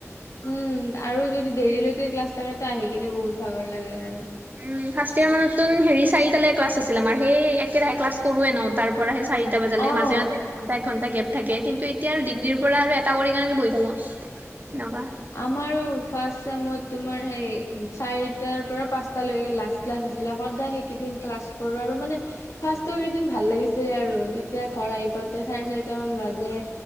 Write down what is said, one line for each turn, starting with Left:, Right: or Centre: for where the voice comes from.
Left: উম আৰু যদি দেৰিলৈকে ক্লাছ থাকে, আহি কিনে বহুত ভাগৰ লাগে আৰু
Right: উম ফাৰ্ষ্ট ইয়াৰ মানত তোন হেৰি চাৰি তালে ক্লাছ আছিল আমাৰ, সেই একেৰাহে ক্লাছ কৰোৱে ন' তাৰ পৰা চাৰিটা বজালকে
Left: অ',
Right: মাজে মাজে এঘণ্টা, এঘণ্টা গেপ। থাকে কিন্তু এতিয়া আৰু ডিগ্ৰীৰ পৰা আৰু এটা কৰি কাৰনেেে বহি থাকো এনেকুৱা
Left: আমাৰ ফাৰ্ষ্ট চেমত সেই চাৰিটাৰ পৰা পাঁচটালৈ লাষ্ট ক্লাছ আছিল। সদায় সেইকেইিন ক্লাছ কৰো আৰু মানে ফাৰ্ষ্ট কেইদিন ভাল লাগিছিলে আৰু তেতিয়া ঘৰ আহি পাতে চাৰে ছয়টা মান বাজে।